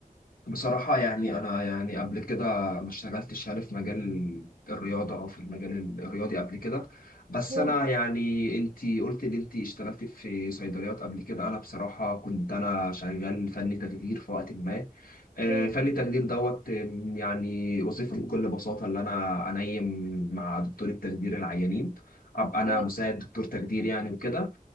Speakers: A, on the left; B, on the right.
A: بصراحة يعني أنا يعني قبل كده ما اشتغلتش يعني في مجال الرياضة أو في المجال الرياضي قبل كده بس
B: مم.
A: أنا يعني أنتي قلت إن أنتي اشتغلتي في صيدليات قبل كده أنا بصراحة كنت أنا شغال فني تخدير في وقت ما آه،
B: مم.
A: فني التخدير دوت آم، يعني وظيفتي بكل بساطة اللي أنا أنيم مع دكتور التخدير العيانين أبقى أنا
B: مم.
A: مساعد دكتور تخدير يعني وكده